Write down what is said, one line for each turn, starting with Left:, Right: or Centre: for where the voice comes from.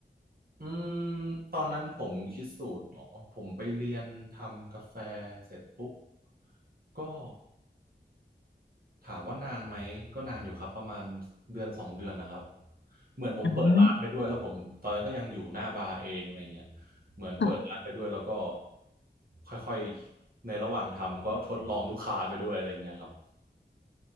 Right: อืมตอนนั้นผมคิดสูตรเนาะผมไปเรียนทำกาแฟเสร็จปุ๊บก็ถามว่านานไหมก็นานอยู่ครับประมาณเดือนสองเดือนนะครับเหมือนผมเปิดร้านไปด้วยแล้วผมตอนนั้นก็ยังอยู่หน้าบาร์เองอะไรเงี้ย
Left: อ่า
Right: เหมือนเปิดร้านไปด้วยแล้วก็
Left: ค่ะ
Right: ค่อยๆในระหว่างทำก็ทดลองลูกค้าไปด้วยอะไรเงี้ยครับ